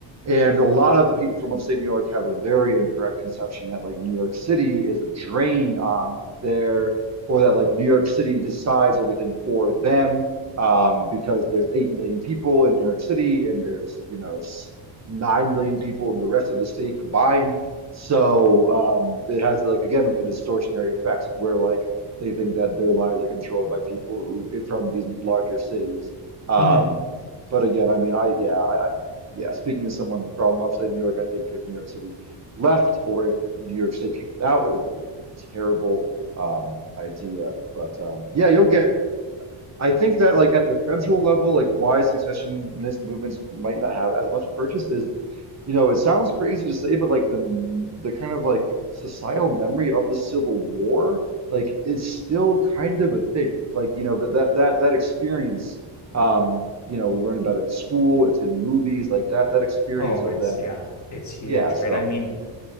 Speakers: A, on the right (about 35°); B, on the left (about 40°).
A: And a lot of the people from upstate New York have a very incorrect conception that like New York City is a drain on their, or that like New York City decides everything for them um, because there's 8 million people in New York City and there's, you know, s- 9 million people in the rest of the state combined. So um, it has like, again, like a distortionary effect where like they think that their lives are controlled by people who from these larger cities. Um,
B: Hmm.
A: but again, I mean, I, yeah, I, I, yeah, speaking as someone from upstate New York, I think if New York City left or if New York State kicked it out, it would be a terrible um, idea. But um, yeah, you'll get I think that like at the federal level, like why secessionist movements might not have as much purchase is, you know, it sounds crazy to say, but like the the kind of like societal memory of the Civil War, like is still kind of a thing. Like, you know, that that that that experience, um, you know, we learn about it in school, it's in movies, like that that experience
B: Oh,
A: of
B: it's,
A: that.
B: yeah, it's huge,
A: Yeah, so
B: right? I mean,
A: like,